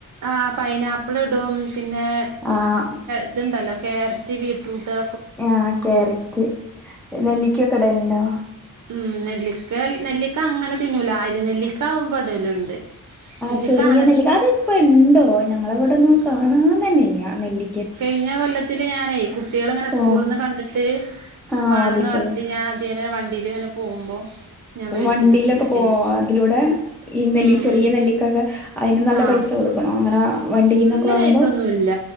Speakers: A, on the right; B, in the centre.
A: ആ പൈനാപ്പിൾ ഇടും പിന്നെ
B: ആഹ്
A: ഇതുണ്ടല്ലോ ക്യാരറ്റ് ബീട്രൂട്ട്.
B: ആ ക്യാരറ്റ് നെല്ലിക്കൊക്കെ ഇടല്ണ്ടോ?
A: ഉം നെല്ലിക്ക നെല്ലിക്ക അങ്ങനെ തിന്നൂല അരി നെല്ലിക്കാവുമ്പോ ഇടലുണ്ട്.
B: ആ
A: നെല്ലിക്ക
B: ചെറിയ
A: അങ്ങനെ
B: നെല്ലിക്ക അത് ഇപ്പോ ഇണ്ടോ ഞങ്ങളെവിടെ ഒന്നും
A: ഇഷ്
B: കാണാൻ തന്നെയില്ല നെല്ലി
A: കഴിഞ്ഞ കൊല്ലത്തില് ഞാനേ കുട്ടികൾ ഇങ്ങനെ സ്കൂളിന്ന്
B: ഓഹ്
A: കണ്ടിട്ട്.
B: ആഹ്
A: വാണംന്ന്
B: അത് ശരി
A: പറഞ്ഞിട്ട് ഞാൻ അധിയേന വണ്ടിയിൽ ഇങ്ങനെ പോകുമ്പോ. ഞാൻ മേടിച്ചിട്ട്
B: വണ്ടിയിലൊക്കെ
A: ഉപ്പിലിട്ടീന്ന്
B: പോ അതിലൂടെ ഈ നെ
A: ഉം
B: ചെറിയ
A: ഉം
B: നെല്ലിക്കൊക്കെ അതിന് നല്ല
A: ആഹ്
B: പൈസ കൊടും ക്കണം അങ്ങനെ. വണ്ടീന്നൊക്കെ
A: നല്ല
B: വാങ്ങുമ്പോ
A: പൈസൊന്നുല്ല